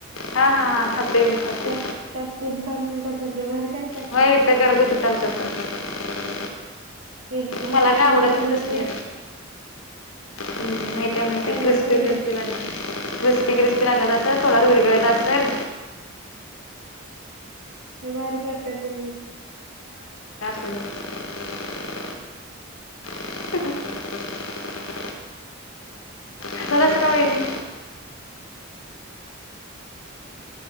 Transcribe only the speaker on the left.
हा हा खातोय मी खातोय
व्हय इथं करत होतीत आमच्यात पण
मला काय
आवडत
नाही तसलं हू माहित्या माहित्या
क्रिस्पी
क्रिस्पी
लागतय
क्रिस्पी क्रिस्पी लागत आसल? तोडात विरघळत आसल?
सूदे <unintelligible> हसालासा का वाहिनी?